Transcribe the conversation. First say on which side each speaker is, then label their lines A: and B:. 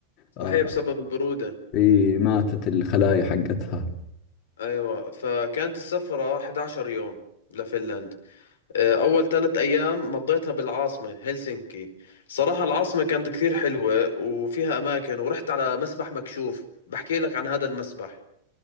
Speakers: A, on the left; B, on the left.
A: صحيح
B: آه،
A: بسبب البرودة
B: اي ماتت الخلايا حقتها
A: ايوه فكانت السفرة 11 يوم لفنلند آه، اول ثلاث ايام مضيتها بالعاصمة هلسنكي صراحة العاصمة كانت كثير حلوة وفيها اماكن ورحت على مسبح مكشوف بحكي لك عن هذا المسبح